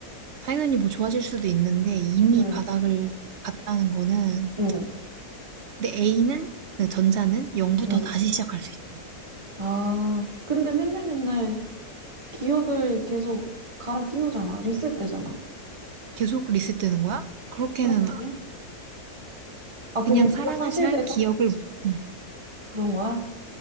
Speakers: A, on the right; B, on the right.
A: 당연히 뭐 좋아질 수도 있는데 이미
B: 응,
A: 바닥을 봤다는 거는
B: 응,
A: 내 A는 그 전자는 0부터
B: 응.
A: 다시 시작할 수 있잖아.
B: 아, 근데 맨날 맨날 기억을 계속 갈아 끼우잖아. 리셋되잖아.
A: 계속 리셋되는 거야? 그렇게는
B: 그런 거
A: 아-
B: 아니야? 아, 그냥
A: 그냥 사랑하지만
B: 기억 상실돼서
A: 기억을 응,
B: 그런 거야?